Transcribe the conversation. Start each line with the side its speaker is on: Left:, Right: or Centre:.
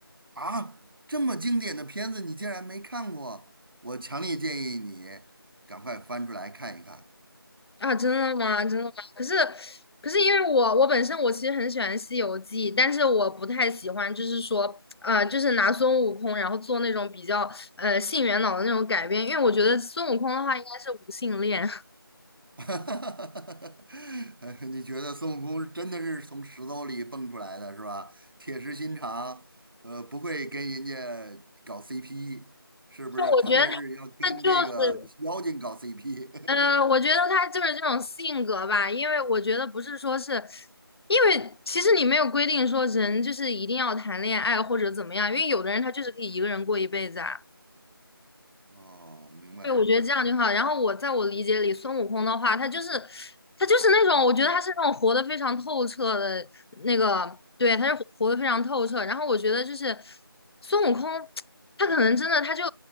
Right: 啊，这么经典的片子你竟然没看过，我强烈建议你赶快翻出来看一看。
Left: 啊，真的吗？真的吗？可是可是因为我我本身我其实很喜欢《西游记》，但是我不太喜欢，就是说呃，就是拿孙悟空然后做那种比较呃性缘脑的那种改编，因为我觉得孙悟空的话应该是无性恋，<laughs>
Right: <laughs> 呃你觉得孙悟空真的是从石头里蹦出来的是吧？铁石心肠，呃，不会跟人家搞 CP，是不是？
Left: 就我觉得他他就是。
Right: 特别是要跟这个妖精搞 CP。<laughs>
Left: 呃，我觉得他就是这种性格吧，因为我觉得不是说是，因为其实你没有规定说人就是一定要谈恋爱或者怎么样，因为有的人他就是可以一个人过一辈子啊。
Right: 哦，明白明白，
Left: 对，我觉得这样就好。然后我在我理解里，孙悟空的话，他就是他就是那种，我觉得他是那种活得非常透彻的那个，对，他是活活得非常透彻。然后我觉得就是孙悟空，他可能真的他就，